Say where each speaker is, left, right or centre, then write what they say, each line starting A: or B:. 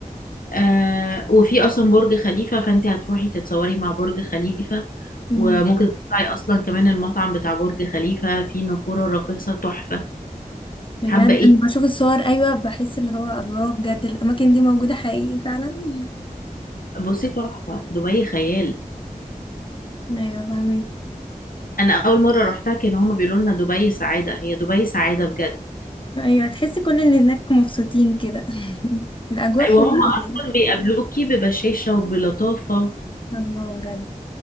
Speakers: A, on the left; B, on the left.
A: آه وفي اصلا برج خليفه فانت هتروحي تتصوري مع برج خليفه
B: مم.
A: وممكن تطلعي اصلا كمان المطعم بتاع برج خليفه في نافوره راقصه تحفه
B: بجد
A: حابه ايه
B: انا بشوف الصور ايوه بحس اللي هو الله بجد الاماكن دي موجوده حقيقي فعلا <laughs>
A: بصي تحفه دبي خيال
B: ايوه فاهمين
A: انا اول مره رحتها كان هما بيقولوا لنا دبي سعاده هي دبي سعاده بجد
B: ايوه تحسي كل اللي هناك مبسوطين كده <laughs> الاجواء حلوه
A: وهم اصلا
B: قوي
A: بيقابلوكي ببشاشه وبلطافه
B: الله بجد